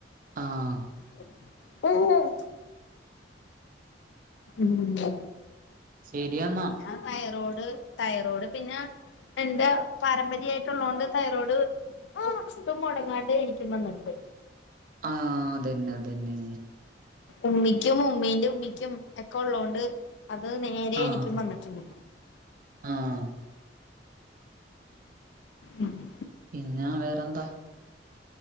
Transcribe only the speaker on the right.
ആഹ്
ശരിയാന്നാ
ആഹ് അതന്നെ അതന്നെ
ആഹ്
ആഹ്
പിന്നെ വേറെന്താ?